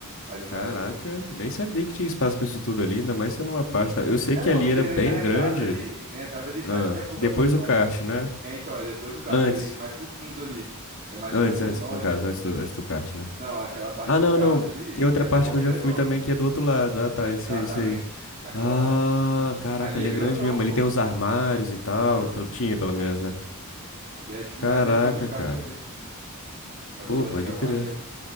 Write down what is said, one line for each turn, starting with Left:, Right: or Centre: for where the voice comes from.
Right: Ali
Left: Caraca,
Right: na era ali.
Left: nem sabia que tinha espaço pra isso tudo ali, ainda mais sendo uma pasta.
Right: Hum.
Left: Eu sei
Right: É
Left: que
Right: não,
Left: ali
Right: porque
Left: era
Right: ali
Left: bem
Right: na entrada
Left: grande.
Right: ali, na entrada ali
Left: Ah,
Right: você acha que é pouca
Left: depois
Right: coisa,
Left: do
Right: mas
Left: kart, né?
Right: É, então, é depois do kart
Left: Antes.
Right: ali, mais pro fundo ali. É mais
Left: Antes,
Right: pro fundo,
Left: antes
Right: não
Left: no
Right: é?
Left: caso, antes do, antes do kart, né?
Right: Não, aquela parte
Left: Ah,
Right: do
Left: não,
Right: kart
Left: não.
Right: ali
Left: Tem outra
Right: é
Left: parte
Right: do Volta
Left: que eu já
Right: Redonda.
Left: fui também que é do outro lado. Ah, tá,
Right: Exatamente,
Left: isso aí, isso aí.
Right: aquela
Left: Ah,
Right: parte.
Left: caraca,
Right: Ali
Left: ali
Right: é
Left: é
Right: grandão,
Left: grande mesmo.
Right: pô.
Left: Ali tem uns armários e tal.
Right: Uhum.
Left: pelo- Tinha, pelo menos, né?
Right: E é tipo
Left: Caraca,
Right: mais depois do kart
Left: cara.
Right: ali, pô. O bagulho
Left: Pô,
Right: vai
Left: pode
Right: ficar maneiro.
Left: crer.